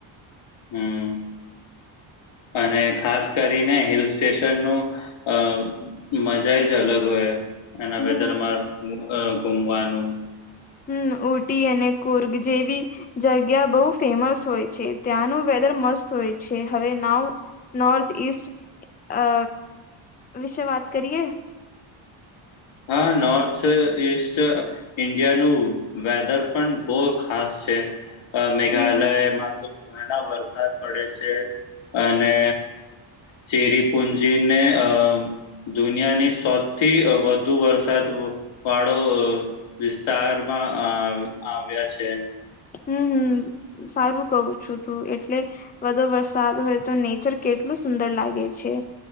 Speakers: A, on the left; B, on the left.
A: હમ્મ. અને ખાસ કરીને હિલ સ્ટેશન નું અ મજાઈજ અલગ હોય એના
B: હમ
A: વેધરમાં અ ઘુમવાનું
B: હમ્મ ઊટી અને કુર્ગ જેવી જગ્યા બહુ ફેમસ હોય છે ત્યાંનું વેધર મસ્ત હોય છે હવે નાવ નોર્થ ઈસ્ટ અ વિશે વાત કરીએ
A: હા, નોર્થ ઈસ્ટ ઇન્ડિયાનું વેધર પણ બહુ ખાસ છે અ
B: હમ
A: મેઘાલયમાં તો ઘડા વરસાદ પડે છે. અને ચેરી પુંજીને અ દુનિયાની સૌથી વધ ધુ વરસાદ વાડો વિસ્તારમાં અ આવ્યા છે.
B: હમ્મ હમ્મ સારું કવું છું તું એટલે વધુ વરસાદ હોય તો નેચર કેટલું સુંદર લાગે છે